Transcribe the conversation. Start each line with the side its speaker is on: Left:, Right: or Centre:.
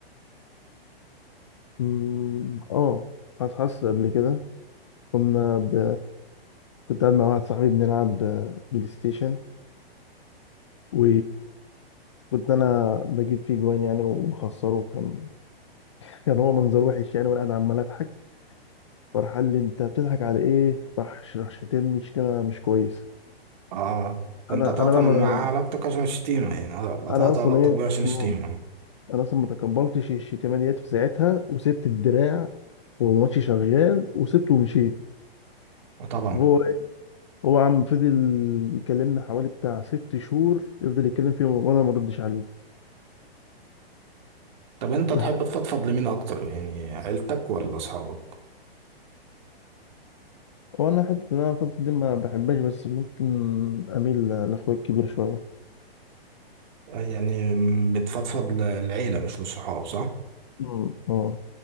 Left: مم، اه حاسس حاسس قبل كده كنا ب... كنت قاعد مع واحد صاحبي بنلعب آه، بلاي ستيشن و كنت انا بجيب فيه جوان يعني ومخسره كان كان هو منظر وحش يعني وانا قاعد عمال اضحك فراح قال لي انت بتضحك على ايه راح ش- راح شتمني شتيمه مش كويسه
Right: اه فانت
Left: انا
Right: قطعت
Left: انا
Right: معاه
Left: ما
Right: علاقتك عشان الشتيمة يعني آه، قطعت
Left: انا اصلا
Right: علاقتك
Left: ايه
Right: بيه عشان الشتيمة
Left: مم. انا اصلا ما تقبلتش الشتيمه ديت في ساعتها وسبت الدراع والماتش شغال وسبته ومشيت
Right: طبعا
Left: وهو إيه؟ هو عم فضل يكلمني حوالي بتاع ست شهور يفضل يتكلم فيه وانا ما ردش عليه
Right: طب انت
Left: لحد
Right: تحب تفضفض لمين اكتر يعني عيلتك ولا اصحابك
Left: وانا حته ان انا فتره دي ما بحبهاش بس ممكن اميل لاخويا الكبير شويه
Right: آه، يعني بتفضفض للعيلة مش للصحاب صح
Left: مم. مم.